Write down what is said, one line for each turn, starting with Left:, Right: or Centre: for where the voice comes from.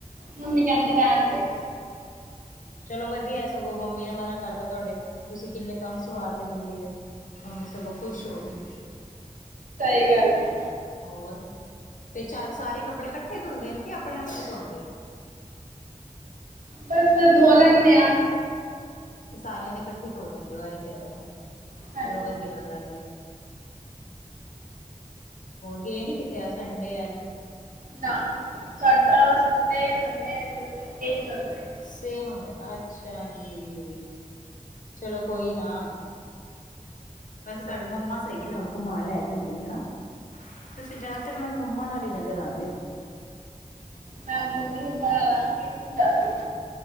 Right: ਮੰਮੀ ਕਹਿੰਦੀ ਰਹਿਣ ਦੇ
Left: ਚਲੋ ਵਧੀਆ ਸਗੋਂ, ਮੰਮੀ ਨੇ ਮਨਾ ਕਰਦਾ ਤੁਹਾਡੇ ਤੁਸੀਂ ਕਿੰਨੇ ਕੰਮ ਸਵਾਰ ਤੇ ਮੰਮੀ ਦੇ ਮੰਮੀ ਸਗੋਂ ਖੁਸ਼ ਹੋ ਗਈ
Right: ਸਹੀ ਗੱਲ ਏ
Left: ਹੋਰ, ਤੇ ਚਾ ਸਾਰੇ ਕੱਪੜੇ ਕੱਠੇ ਧੁਲਦੇ ਨੇ ਕਿ ਆਪਣੇ ਆਪਣੇ ਧੋਂਦੇ ਹੋ
Right: ਬਸ ਧੋ ਲੈਂਦੇ ਆ
Left: ਤੇ ਸਾਰਿਆਂ ਦੇ ਇਕੱਠੇ ਧੋ ਲੈਂਦੇ ਹੋ ਇਹ ਕਹਿ ਰਹੇ ਆ,
Right: ਹਾਂਜੀ
Left: ਚਲੋ ਵਧੀਆ ਹੋਰ ਗਏ ਨੀ ਕਿਤੇ, ਆ ਸੰਡੇ ਅੱਜ
Right: ਨਾ, ਸਾਡਾ ਸੰਡੇ ਮੰਡੇ ਟਿਊਜ਼ਡੇ ਇਕ ਹੀ ਹੁੰਦਾ ਹੈ-
Left: ਸੇਮ ਹੁੰਦਾ ਅੱਛਾ ਜੀ, ਚਲੋ ਕੋਈ ਨਾ ਵੈਸੇ ਤੁਹਾਡੀ ਮੰਮਾ ਸਹੀ ਹੈ ਤੁਹਾਨੂੰ ਘੁਮਾ ਲੈ ਜਾਂਦੀ ਹਨਾ, ਤੁਸੀਂ ਜਿਆਦਾਤਰ ਮੈਨੂੰ ਮੰਮਾ ਨਾਲ ਹੀ ਨਜ਼ਰ ਆਉਂਦੇ ਹੋ
Right: ਮੈਂ ਗੁੰਮੀ ਉਨਾਂ ਨਾਲ ਆ, ਕਲੀ ਨੀ ਜਾਂਦੀ-